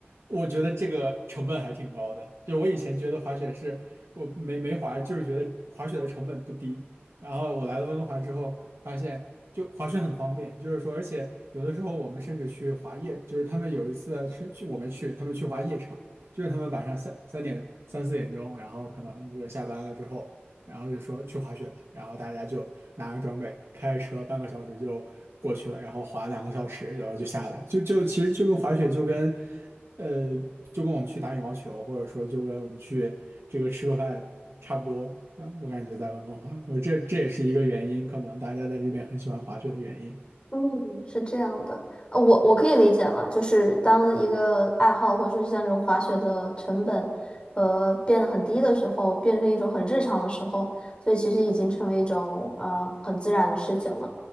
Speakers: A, on the right; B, on the left.
A: 我觉得这个成本还挺高的。就我以前觉得滑雪是我没没滑，就是觉得滑雪的成本不低。然后我来了温哥华之后，发现就滑雪很方便，就是说，而且有的时候我们甚至去滑夜，就是他们有一次是去我没去，他们去滑夜场，就是他们晚上三三点三四点钟，然后可能就个下班了之后，然后就说去滑雪吧，然后大家就拿着装备开着车半个小时就过去了，然后滑两个小时，然后就下来，就就其实就跟滑雪就跟呃就跟我们去打羽毛球，或者说就跟我们去这个吃个饭差不多啊，我感觉在温哥华，我这这也是一个原因，可能大家在这边很喜欢滑雪的原因。
B: 嗯，是这样的，呃，我我可以理解了，就是当一个爱好或者说是像这种滑雪的成本和变得很低的时候，变成一种很日常的时候，所以其实已经成为一种呃很自然的事情了。